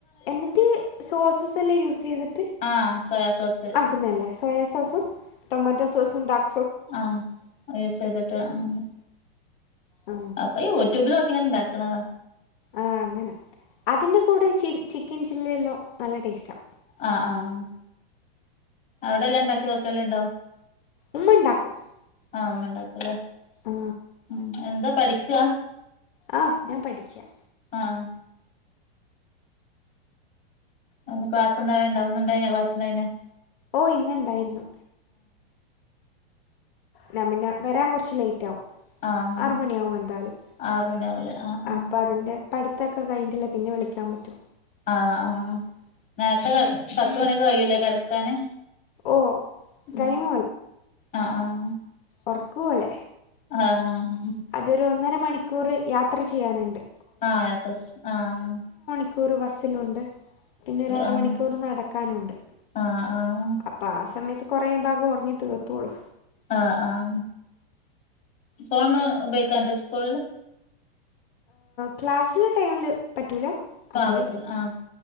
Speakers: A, on the left; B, on the left.
A: എന്നിട്ട് സോസസ്എല്ലാം യൂസ് ചെയ്തിട്ട്
B: ആഹ് സോയാ സോസ്
A: ആക്കുന്നയല്ലേ സോയ സോസ് സോസും ടൊമാറ്റോ സോസും ഉണ്ടാക്ക
B: ആഹ യൂസ് ചെയ്തിട്ട് ആന്ന്
A: ആ
B: അപ്പൊ യൂട്യൂബിലൊക്കാ ഉണ്ടാക്കണതാ
A: ആ അങ്ങനെ അതിൻ്റെ കൂടെ ചി ചിക്കൻ ചില്ലില്ലോ നല്ല ടേസ്റ്റ ആ
B: ആഹ ആഹ് അവിടെല്ലാം ഉണ്ടാക്കി നോക്കലുണ്ടോ
A: ഉമ്മ ഉണ്ടാക്കും
B: ആ അമ്മഉണ്ടാക്കുല്ലേ
A: ആ
B: ഉം എന്താ പഠിക്കുവാ
A: ആഹ ഞാൻ പഠിക്കാ
B: ആഹ ഒന്ന് ക്ലാസ് എന്തണ്ട ഒന്നുണ്ട ക്ലാസ്ണ്ട <unintelligible>
A: ഓ ഇന്നുണ്ടായിരുന്നു നഞാമന്നെ വരാൻ കുറച്ച് ലേറ്റ് ആകും
B: ആഹ്
A: ആറ് മണിയാകും എന്തായാലും
B: ആറ് മണിയാവൂലേ ആഹ് ആഹ്
A: അപ്പൊ അതിന്റെ പഠിത്തൊക്കെ കഴിഞ്ഞിട്ടല്ലേ പിന്നെ വിളിക്കാൻ പറ്റോ
B: ആഹ് ആഹ നേരത്തെ പത്തുമണിക്ക് കയല്ലേ കിടക്കാന്
A: ഓ
B: ഉ
A: ടൈം
B: ഉ ആഹ ആഹ
A: ഉറക്കുവോലെ
B: ആഹ
A: അതൊരു ഒന്നര മണിക്കൂർ യാത്ര ചെയ്യാനുണ്ട്
B: ആഹ ത ആഹ
A: മിക്കൂറ് ബസ്സിലുണ്ട് പിന്നെ ഒരു അരമണിക്കൂർ
B: ആഹ്
A: നടക്കാനുണ്ട്
B: ആഹ് ആഹ്
A: അപ്പൊ ആ സമയത്ത് കുറേ ഭാഗം ഉറങ്ങി തീർത്തോളൂ
B: ആഹ ആഹ ഫോണ് ഉപയോഗിക്കാം അന്റാ സ്കൂളില്
A: ക്ലാസ്സില് ടൈമില് പറ്റൂലോ അതിക
B: ആഹ് പറ്റില്ല ആഹ്